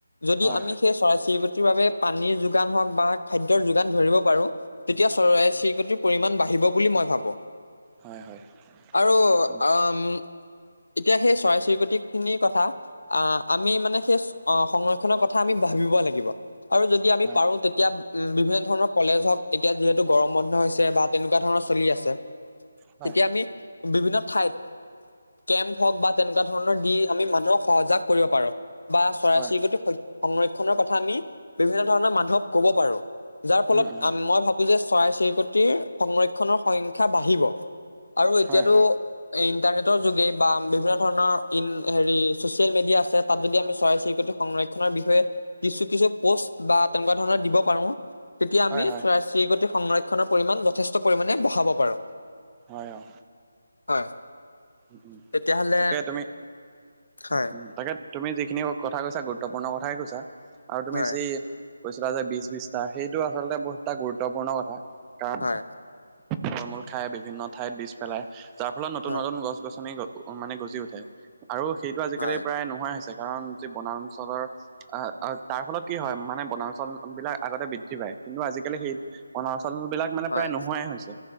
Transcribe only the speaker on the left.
যদি
আমি
সেই চৰাই চিৰিকটিৰ বাবে পানীৰ যোগান হওঁক বা খাদ্যৰ যোগান ধৰিব পাৰো। তেতিয়া চৰাই চিৰিকটিৰ পৰিমাণ বাঢ়িব বুলি মই ভাবোঁ।
আৰু
আম এতিয়া সেই চৰাই চিৰিকটিখিনিৰ কথা আহ আমি মানে সেই সংৰক্ষণৰ কথা আমি ভাবিব লাগিব আৰু যদি আমি
পাৰো তেতিয়া উম বিভিন্ন ধৰণৰ কলেজ হওঁক তেতিয়া যিহেতু গৰম বন্ধ হৈছে বা তেনেকুৱা ধৰণৰ চলি আছে।
তেতিয়া আমি বিভিন্ন ঠাইত কেম্প হওঁক বা তেনেকুৱা ধৰণৰ দি আমি মানুহক সজাগ কৰিব পাৰো। বা চৰাই
চিৰিকটি
সংৰক্ষনৰ কথা আমি বিভিন্ন ধৰণৰ মানুহক ক'ব পাৰো। যাৰ ফলত
মই ভাবো যে চৰাই চিৰিকটিৰ সংৰক্ষণৰ সংখ্যা বাঢ়িব। আৰু এতিয়াতো
ইণ্টাৰনেটৰ যোগে বা বিভিন্ন ধৰণৰ ইন হেৰি চচিয়েল মিডিয়া আছে তাত যদি আমি চৰাই চিৰিকটি সংৰক্ষ বিষয়ে কিছু কিছু প'ষ্ট বা তেনেকুৱা ধৰণৰ দিব পাৰো তেতিয়া
আমি
চৰাই চিৰিকতি সংৰক্ষণৰ পৰিমাণ যথেষ্ট পৰিমাণে বঢ়াব পাৰো।
হয়।
তেতিয়াহ'লে
হয়
হয়
হয়
হয়
হয়
হয়